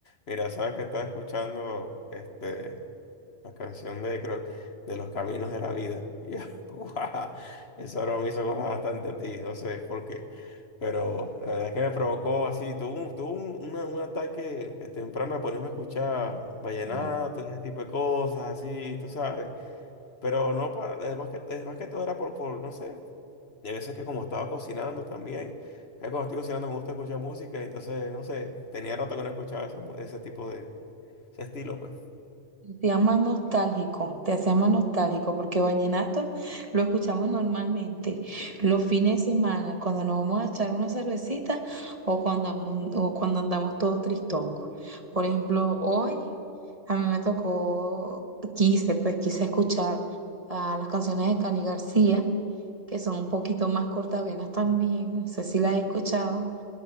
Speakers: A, on the left; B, on the right.
A: Mira, sabes que estaba escuchando este, la canción de, creo, de Los Caminos de la Vida. Y ya, <laughs> guau, eso ahora me hizo acordar bastante a ti, no sé por qué. Pero la verdad es que me provocó así, tuvo, un, tuvo un, una- un ataque eh, temprano a ponerme a escuchar vallenato,
B: Bien.
A: ese tipo de cosas, así, tú sabes. Pero no para, es más que, es más que todo era por, por, no sé, De veces que como estaba cocinando también. eh, Cuando estoy cocinando me gusta escuchar música, entonces, no sé, tenía rato que no escuchaba esa mu- ese tipo de, ese estilo, pues.
B: Te hacía más nostálgico, te hacía más nostálgico, porque vallenato lo escuchamos normalmente los fines de semana, cuando nos vamos a echar una cervecita o cuando andamos, o cuando andamos todo tristongos. Por ejemplo, hoy a mí me tocó, quise, pues quise escuchar a las canciones de Cani García, que son un poquito más cortavenas también, no sé si las he escuchado,